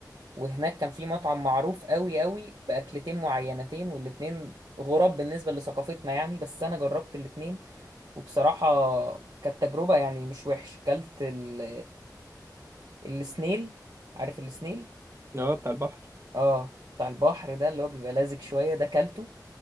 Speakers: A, on the right (about 75°); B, on the right (about 35°).
A: وهناك كان في مطعم معروف قوي قوي باكلتين معينتين والاتنين غراب بالنسبه لثقافتنا يعني بس انا جربت الاتنين وبصراحة كانت تجربة يعني مش وحشة كلت ال... السنيل عارف السنيل
B: اه بتاع البحر
A: اه بتاع البحر ده اللي هو بيبقى لازق شوية ده كلته